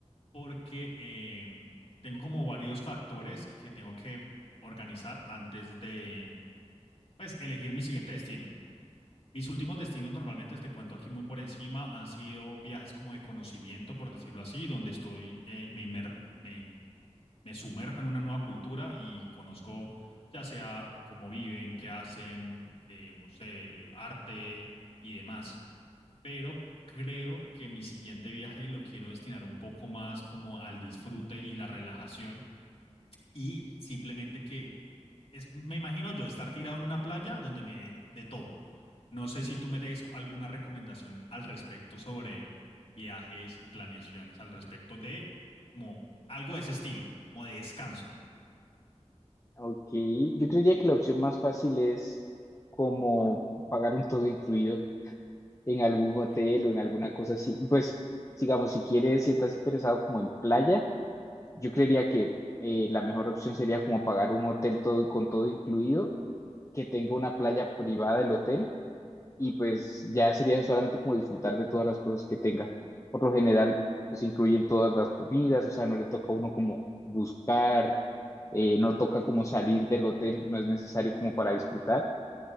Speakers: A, on the left; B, on the left.
A: porque eh, tengo como varios factores que tengo que organizar antes de, pues, elegir mi siguiente destino. Mis últimos destinos, normalmente te cuento aquí muy por encima, han sido viajes como de conocimiento, por decirlo así, donde estoy, eh, me, inmer- me, in- me sumerjo en una nueva cultura y conozco ya sea cómo viven, qué hacen, eh, no sé, arte y demás. Pero creo que mi siguiente viaje lo quiero destinar un poco más como al disfrute y la relajación y simplemente que es, me imagino yo estar tirado en una playa donde me den de todo. No sé si tú me des alguna recomendación al respecto sobre viajes y planeaciones al respecto de como algo de ese estilo, como de descanso.
B: ok. Yo creería que la opción más fácil es como pagar un todo incluido en algún
A: Ok,
B: hotel o en alguna cosa así. Pues, digamos, si quieres, si estás interesado como en playa, yo creería
A: ¿sí?
B: que eh, la mejor opción sería como pagar un hotel todo, con todo incluido, que tenga una playa privada del hotel. y pues ya sería solamente como disfrutar de todas las cosas que tenga. Por lo general, pues incluyen todas las comidas, o sea, no le toca a uno como buscar, eh, no toca como salir del hotel, no es necesario como para disfrutar.